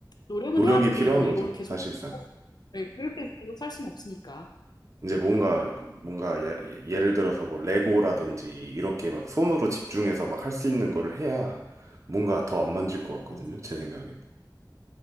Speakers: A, on the left (about 65°); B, on the right (about 45°).
A: 노력은
B: 노력이
A: 해야죠.
B: 필요한
A: 그래도 이걸
B: 거죠,
A: 계속,
B: 사실상.
A: 네, 그렇게 계속 살 수는 없으니까.
B: 이제 뭔가, 뭔가, 예, 예를 들어서 뭐, 레고라든지, 이렇게 막 손으로 집중해서 막 할 수 있는 거를 해야 뭔가 더 안 만질 것 같거든요,
A: 어,
B: 제 생각엔.